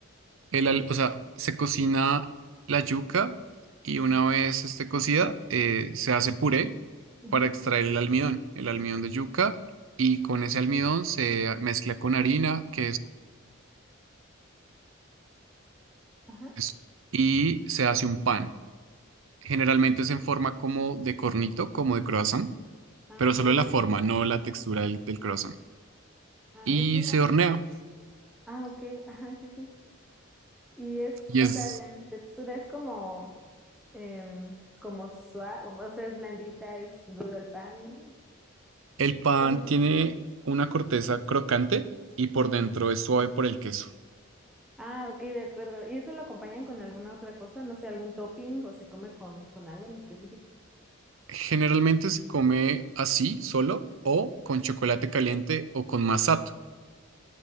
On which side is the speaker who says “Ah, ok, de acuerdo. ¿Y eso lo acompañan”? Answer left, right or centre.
Centre